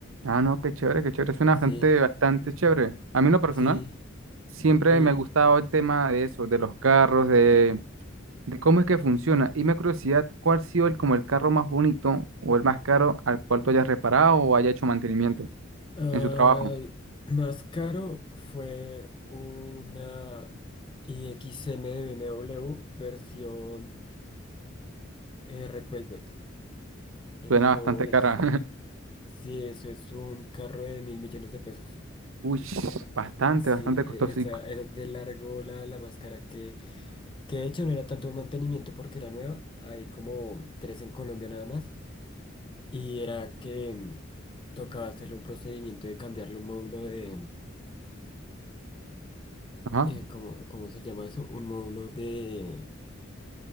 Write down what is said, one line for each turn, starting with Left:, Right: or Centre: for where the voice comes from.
Right: Ah, no, qué chévere, qué chévere. Suena
Left: Sí,
Right: bastante, bastante chévere. A mí en lo personal,
Left: sí.
Right: siempre
Left: Y
Right: me ha gustado el tema de eso, de los carros, de, de cómo es que funciona. Y me da curiosidad, ¿cuál ha sido el, como el carro más bonito o el más caro al cual tú hayas reparado o haya hecho mantenimiento
Left: ah,
Right: en su trabajo?
Left: más caro fue una i IXM de B M w versión eh, Red Velvet. Eso
Right: Suena bastante
Left: es
Right: cara.
Left: un... Sí, eso es un carro de mil millones de pesos.
Right: Uy, bastante,
Left: Sí,
Right: bastante costoso.
Left: e- esa,
Right: y-
Left: esa de largo la, la más cara que, que de hecho no era tanto un mantenimiento porque era nueva. Hay como tres en Colombia nada más. Y era que mm, tocaba hacerle un procedimiento de cambiarle un módulo de...
Right: Ajá.
Left: eh, ¿cómo, cómo se llama eso? Un módulo de...